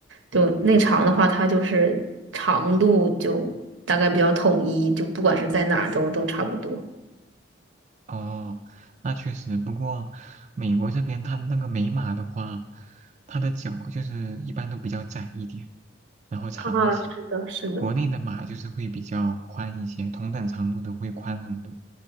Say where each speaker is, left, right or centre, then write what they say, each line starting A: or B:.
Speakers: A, on the right (about 85°); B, on the right (about 40°).
A: 就内长的话，它就是长度就大概比较统一，就不管是在哪儿都都差不多。
B: 哦，那确实。不过，美国这边它那个美马的话，它的脚就是一般都比较窄一点，然后长一些。
A: 啊，是的，是的。
B: 国内的马就是会比较宽一些，同等长度的会宽很多。